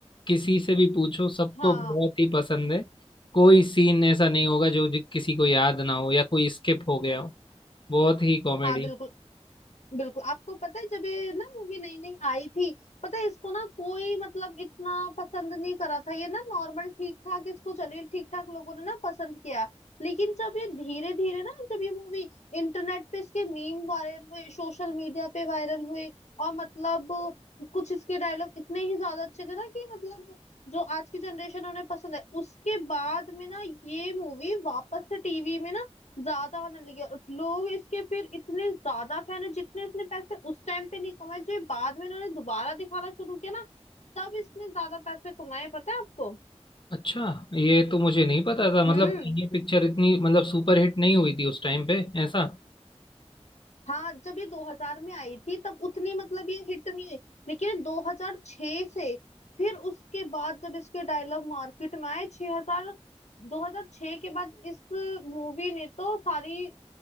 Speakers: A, on the left; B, on the left.
A: किसी से भी पूछो सबको
B: हाँ
A: बहुत ही पसंद है कोई सीन ऐसा नहीं होगा जो जो किसी को याद ना हो या कोई स्किप हो गया हो बहुत ही कॉमेडी
B: हाँ बिल्कुल बिल्कुल आपको पता है जब ये ना मूवी नई नई आई थी पता है इसको ना कोई मतलब इतना पसंद नहीं करा था ये ना नॉर्मल ठीक ठाक इसको चलिए ठीक ठाक लोगों ने ना पसंद किया लेकिन जब ये धीरे धीरे ना जब ये मूवी इंटरनेट पे इसके मीम वायरल हुए सोशल मीडिया पे वायरल हुए और मतलब कुछ इसके डायलॉग इतने ही ज्यादा अच्छे थे ना कि मतलब जो आज की जनरेशन उन्हें पसंद है उसके बाद में ना ये मूवी वापस से टीवी में ना ज्यादा होने लगी है। और लोग इसके फिर इतने ज्यादा फैन है जितने इसने पैसे उस टाइम पे नहीं कमाए जो ये बाद में इन्होंने दोबारा दिखाना शुरू किया ना तब इसने ज्यादा पैसे कमाए पता है आपको
A: अच्छा ये तो मुझे नहीं पता था मतलब
B: हम्म
A: ये पिक्चर इतनी मतलब सुपर हिट नहीं हुई थी उस टाइम पे ऐसा
B: हाँ जब ये 2000 में आई थी तब उतनी मतलब ये हिट नहीं हुई लेकिन 2006 से फिर उसके बाद जब इसके डायलॉग मार्केट में आए 6000 2006 के बाद इस मूवी ने तो सारी